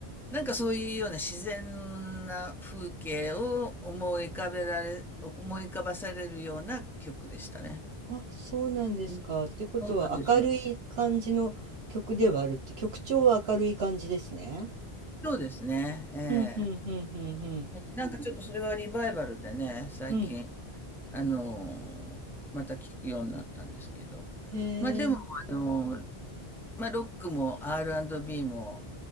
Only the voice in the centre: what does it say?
なんかそういうような自然な風景を思い浮かべられ、思い浮かばされるような曲でしたね。
うん
そうなんですよ。
そうですね。ええ
なんかちょっとそれはリバイバルでね、最近、
あのーまた聞くようになったんですけど。
まあでも、あのーまあロックも R&B も